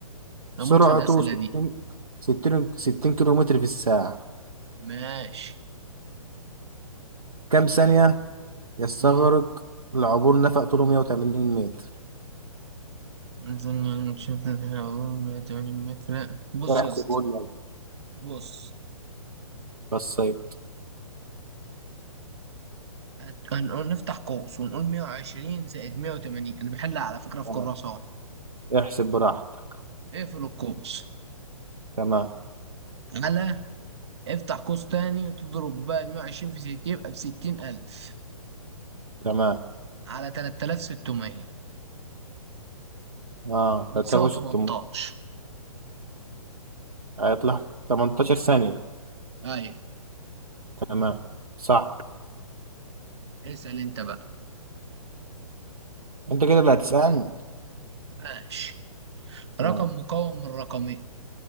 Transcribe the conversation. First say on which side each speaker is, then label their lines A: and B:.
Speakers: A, on the right (about 45°); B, on the right (about 70°).
A: نموت
B: سرعته
A: في الأسئلة
B: ستين
A: دي
B: ستين ستين كيلو متر في الساعة
A: ماشي
B: كم ثانية يستغرق
A: امم
B: لعبور نفق طوله مية وتمانين متر
A: مثلا نشوف هنا أقول 180 متر بص
B: احسب
A: يا اسطى
B: قول لي يلا.
A: بص
B: بصيت
A: هت- هنقول نفتح قوس ونقول 120 زائد 180 انا بحلها على فكرة في
B: آه.
A: كراسة اهو
B: احسب براحتك
A: اقفل القوس
B: تمام
A: على افتح قوس تاني تضرب بقى ال 120 في 60 يبقى ب 60000
B: تمام
A: على 3600
B: اه
A: بتساوي
B: تلاتة آلاف وستمية
A: 18
B: هيطلع تمنتاشر ثانية
A: ايوه
B: تمام صح
A: اسأل انت بقى
B: انت كده اللي هتسألني
A: ماشي
B: تمام.
A: رقم مكون من رقمين